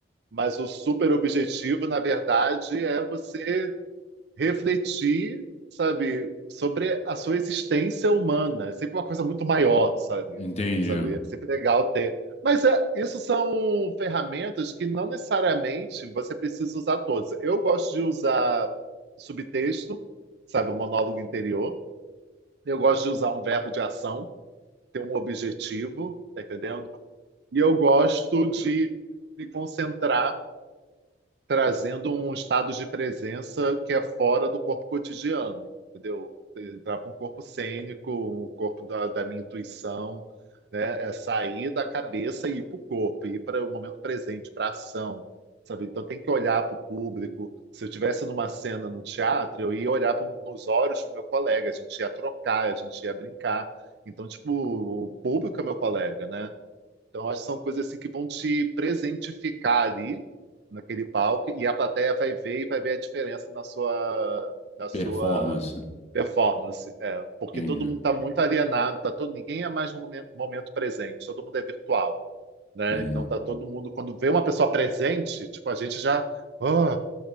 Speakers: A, on the right; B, on the left.
A: mas o super objetivo, na verdade, é você refletir, sabe, sobre a sua existência humana. É sempre uma coisa muito maior, sabe?
B: Entendi.
A: Sabe? É sempre legal ter. Mas é, isso são ferramentas que não necessariamente você precisa usar todas. Eu gosto de usar subtexto, sabe, o monólogo interior. Eu gosto de usar um verbo de ação, ter um objetivo, tá entendendo? E eu gosto de me concentrar trazendo um estado de presença que é fora do corpo cotidiano, entendeu? Entrar para um corpo cênico, um corpo da, da minha intuição, né? É sair da cabeça e ir para o corpo, ir para o momento presente, para a ação, sabe? Então tem que olhar para o público. Se eu tivesse numa cena num teatro, eu ia olhar pro, nos olhos do meu colega, a gente ia trocar, a gente ia brincar. Então, tipo, o público é meu colega, né? Então, acho que são coisas assim que vão te presentificar ali naquele palco e a plateia vai ver e vai ver a diferença na sua na sua
B: Performance.
A: performance, é, porque
B: Entendi.
A: todo mundo está muito alienado, tá todo ninguém é mais no momen- momento presente, todo mundo é virtual, né?
B: Entendi.
A: Então tá todo mundo quando vê uma pessoa presente, tipo a gente já, ah,